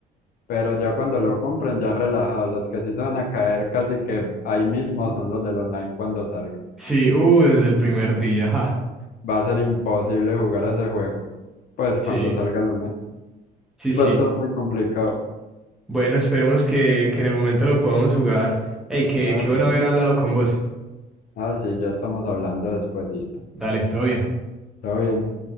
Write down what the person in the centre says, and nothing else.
Sí, uh, desde el primer día. ajá.
Sí,
sí, sí.
Bueno, esperemos que, que en el momento lo podamos jugar. Ey, qué,
qué bueno
haber hablado con vos.
Dale, todo bien.